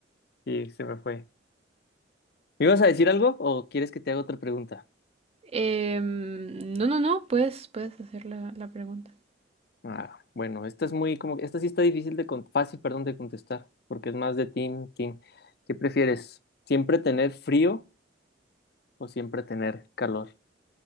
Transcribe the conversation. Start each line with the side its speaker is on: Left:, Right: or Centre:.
Left: Sí, se me fue. ¿Me ibas a decir algo o quieres que te haga otra pregunta?
Right: Em, no, no, no, puedes, puedes hacer la, la pregunta.
Left: Ah, bueno, esta es muy como, esta sí está difícil de, con- fácil, perdón, de contestar, porque es más de team, team. ¿Qué prefieres? ¿Siempre tener frío? o siempre tener calor.